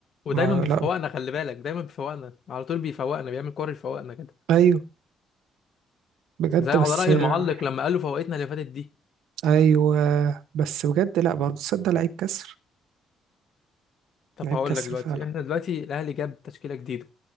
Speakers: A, on the left; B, on the right.
A: ودايما
B: ما
A: بيفوقنا
B: لا
A: خلي بالك دايما بيفوقنا على طول بيفوقنا بيعمل كور يفوقنا كده
B: ايوه بجد
A: زي على
B: بس
A: راي
B: آه،
A: المعلق لما قالوا فوقتنا اللي فاتت دي
B: ايوه بس بجد لا برضه تصدق لعيب كسر
A: طب
B: لعيب
A: هقول
B: كسر
A: لك دلوقتي
B: فعلا
A: احنا دلوقتي الاهلي جاب تشكيله جديده